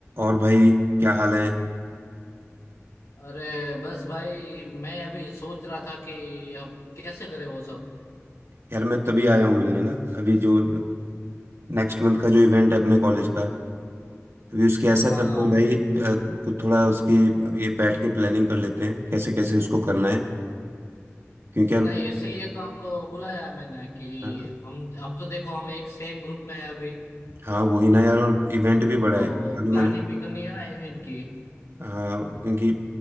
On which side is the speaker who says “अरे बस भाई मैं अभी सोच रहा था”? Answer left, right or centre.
Left